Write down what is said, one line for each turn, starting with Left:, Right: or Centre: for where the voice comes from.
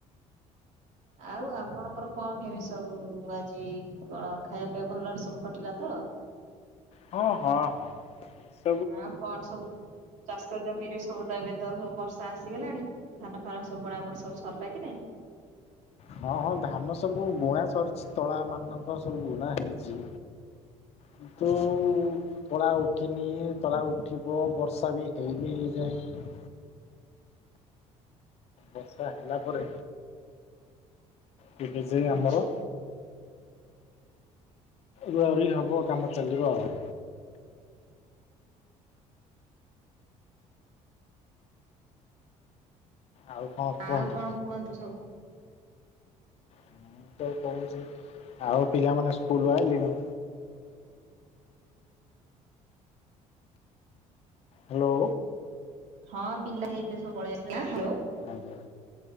Right: ଆଉ ଆପଣଙ୍କର କଣ କେମିତି ସବୁ ଆଜି କଣ ଖାଇବା ପିଇବା ଭଲରେ ସବୁ କଟିଲା ତ?
Left: ହଁ ହଁ ହଁ <unintelligible>
Right: ଆଉ କଣ ସବୁ ଚାଷ ଜମିରେ ସବୁ ତ ଏବେ ତ ସବୁ ବର୍ଷା ଆସିଗଲାଣି ଧାନ ଫାନ ସବୁ ବୁଣା ବୁଣି ସବୁ ସରିଲା କି ନାଇଁ?
Left: ହଁ ହଁ ଧାନ ସବୁ ବୁଣା ସରିଚି ତଳା ମାନଙ୍କ ସବୁ ବୁଣା ହେଇଚି କିନ୍ତୁ ଉ ତଳା ଉଠିନି ତଳା ଉଠିବ ବର୍ଷା ବି ହେଇନି ଏଇଯାଏଁ ବର୍ଷା ହେଲା ପରେ ତେବେ ଯାଇ
Right: ଆଚ୍ଛା
Left: ଆମର ରୁଆ ରୁଈ ହବ କାମ ଚାଲିବ ଆଉ। ଆଉ କଣ
Right: ଆଉ
Left: କୁହନ୍ତୁ?
Right: କଣ କୁହନ୍ତୁ ସବୁ?
Left: ମୁଁ କହୁଛି ଆଉ ପିଲାମାନୋନ ସ୍କୁଲ ଆଇଲେଣିି? ହ୍ୟାଲୋ।
Right: ହଁ ପିଲା ଏବେ ସବୁ ପଳେଇଆସି ଲେନି ହଁ ହାଲୋ
Left: ଆଜ୍ଞା